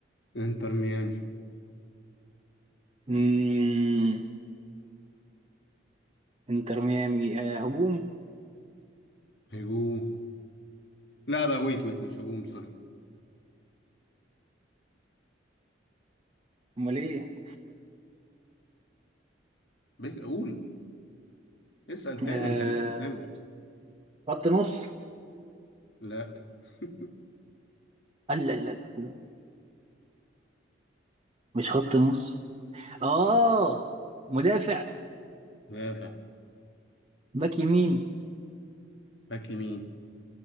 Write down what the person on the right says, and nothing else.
مم، انتر ميامي آه، هجوم
امال ايه
آه،
خط نص
لا لا لا مش خط نص اه مدافع
باك يمين